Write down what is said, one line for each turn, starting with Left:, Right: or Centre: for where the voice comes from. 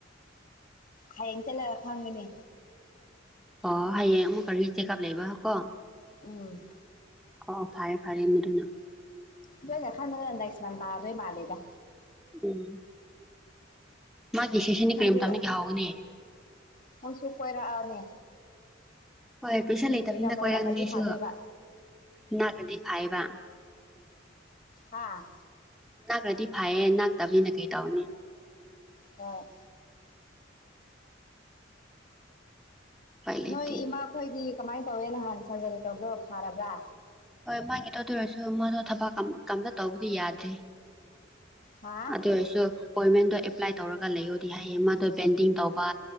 Left: ꯍꯌꯦꯡ ꯆꯠꯂꯒ ꯈꯪꯒꯅꯤ
Centre: ꯑꯣ ꯍꯌꯦꯡ ꯑꯃꯨꯛꯀ ꯔꯤ ꯆꯦꯛꯀꯑꯞ ꯂꯩꯕ ꯀꯣ
Left: ꯎꯝ
Centre: ꯑꯣ ꯐꯔꯦ ꯐꯔꯦ ꯃꯗꯨꯅ
Left: ꯗꯣ ꯑꯩꯅꯥ ꯈꯟꯕꯗꯥ ꯅꯦꯛꯠ ꯃꯥꯟ ꯇꯥꯗꯣꯏ ꯃꯥꯂꯤꯗ
Centre: ꯎꯝ ꯃꯥꯒꯤ ꯁꯤꯁꯤꯅꯤ ꯀꯔꯤꯝ
Left: ꯅꯪꯁꯨ
Centre: ꯃꯇꯝꯗꯒꯤ ꯍꯥꯎꯒꯅꯤ
Left: ꯅꯪꯁꯨ ꯀꯣꯏꯔꯛꯑꯅꯤ
Centre: ꯍꯣꯏ ꯄꯩꯁꯟ ꯂꯩꯇꯕꯅꯤꯅ
Left: ꯑꯦꯛꯖꯥꯝ ꯂꯣꯏꯔꯝꯃꯗꯤ
Centre: ꯀꯣꯏꯔꯛꯅꯦ ꯑꯩꯁꯨ
Left: ꯐꯥꯗꯣꯏꯕ
Centre: ꯅꯠꯔꯗꯤ ꯐꯥꯏꯕ
Left: ꯍꯥꯥ
Centre: ꯅꯥꯛꯔꯗꯤ ꯐꯩꯌꯦ ꯅꯥꯛꯇꯕꯅꯤꯅ ꯀꯩ ꯇꯧꯅꯤ
Left: ꯍꯣꯏ
Centre: ꯎꯄꯥꯏ ꯂꯩꯇꯦ
Left: ꯅꯣꯏ ꯏꯃꯥꯈꯣꯏꯗꯤ ꯀꯃꯥꯏꯅ ꯇꯧꯋꯦ ꯅꯍꯥꯟ ꯁꯥꯖꯔꯤ ꯇꯧꯒꯣ ꯐꯥꯔꯕ꯭ꯔꯥ
Centre: ꯍꯣꯏ ꯃꯥꯒꯤꯗꯣ ꯑꯗꯨ ꯑꯣꯢꯔꯁꯨ ꯃꯥꯗꯣ ꯊꯕꯛ ꯀꯝ ꯀꯝꯇ ꯇꯧꯕꯗꯤ ꯌꯥꯗ꯭ꯔꯤ
Left: ꯍꯥ
Centre: ꯑꯗꯨ ꯑꯣꯏꯔꯁꯨ ꯑꯣꯏꯃꯦꯟꯗꯣ ꯑꯦꯄ꯭ꯂꯥꯏ ꯇꯧꯔꯒ ꯂꯩꯌꯣꯗꯤ ꯍꯥꯏꯌꯦ ꯃꯥꯗꯣ ꯕꯦꯟꯗꯤꯡ ꯇꯧꯕ